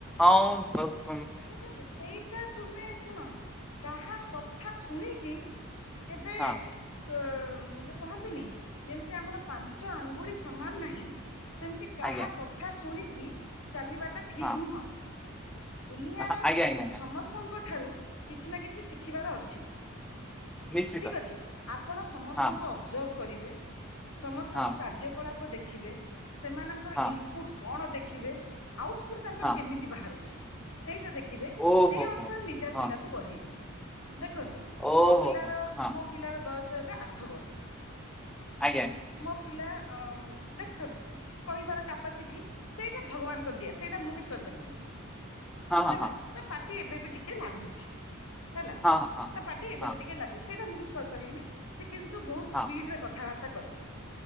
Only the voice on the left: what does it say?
ଦେଖନ୍ତୁ ସେଇଟା ତୁମେ ଶୁଣ କାହା କଥା ଶୁଣିକି କେବେ
କ ଯୋଉ କହନ୍ତିନି। ଯେମିତି ଆମର ପାଞ୍ଚ ଆଙ୍ଗୁଳି ସମାନ ନାହିଁ ସେମିତି କାହା
କଥା ଶୁଣିକି ଚାଲିବାଟା ଠିକ
ନୁହଁ। ଦୁନିଆର
ସମସ୍ତଙ୍କ ଠାରୁ କିଛି ନା କିଛି ଶିଖିବାର ଅଛି।
ଠିକ ଅଛି ଆପଣ ସମସ୍ତଙ୍କୁ
ଅବଜର୍ଭ କରିବେ। ସମସ୍ତଙ୍କ
କାର୍ଯ୍ୟକଳାପ ଦେଖିବେ ସେମାନଙ୍କର
ଇ ପୁଟ୍ କଣ ଦେଖିବେ ଆଉଟପୁଟ ତାଙ୍କର
କେମିତି ବାହାରୁଛି। ସେଇଟା ଦେଖିବେ
ସେଇ ଅନୁସାରେ
ନିଜ
ପିଲାକୁ ବଢେଇବେ ଦେଖନ୍ତୁ
ମୋ ପିଲାର
ମୋ ପିଲାର ବୟସ ଏବେ ଆଠ ବର୍ଷ।
ମୋ ପିଲା ଦେଖନ୍ତୁ କହିବାର କାପାସିଟି ସେଇଟା ଭଗବାନଙ୍କ ଦିଆ ସେଇଟା ମୁଁ କିଛି କରିପାରିବିନି।
ହେଲା
ତା ପାଟି ଏବେ ବି ଟିକେ ଲାଗୁଛି ହେଲା।
ତା ପାଟି ଏବେ
ବି ଟିକେ ଲାଗୁ ସେଇଟା ମୁଁ କିଛି କରିପାରିବିନି ସେ କିନ୍ତୁ ବହୁତ
ସ୍ପିଡ ରେ କଥାବାର୍ତ୍ତା କରେ।